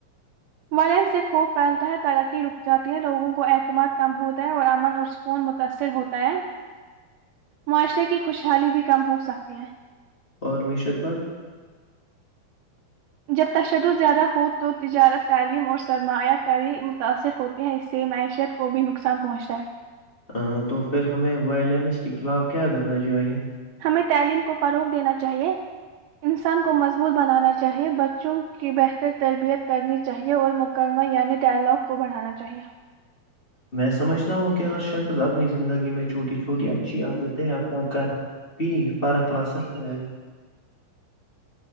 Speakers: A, on the right (about 80°); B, on the left (about 30°).
A: فلن سے خوف پھیلتا ہے ترقی رک جاتی ہے لوگوں کو اعتماد کم ہوتا ہے اور امن اور سکون متاثر ہوتا ہے معاشرے کی خوشحالی بھی کم ہو سکتی ہے
B: اور معیشت پر
A: جب تشدد زیادہ ہو تو تجارت تعلیم اور سرمایہ کاری متاثر ہوتی ہے اس سے معیشت کو بھی نقصان پہنچتا ہے
B: ہممم تو پھر ہمیں وائلینس کے خلاف کیا کرنا چاہیے
A: ہمیں تعلیم کو فروغ دینا چاہیے انسان کو مضبوط بنانا چاہیے بچوں کی بہتر تربیت کرنی چاہیے اور مکمہ یعنی ڈائلاگ کو بڑھانا چاہیے
B: میں سمجھتا ہوں کہ ہر شخص اپنی زندگی میں چھوٹی چھوٹی اچھی عادت ہے اپنا کر پی فرق لا سکتا ہے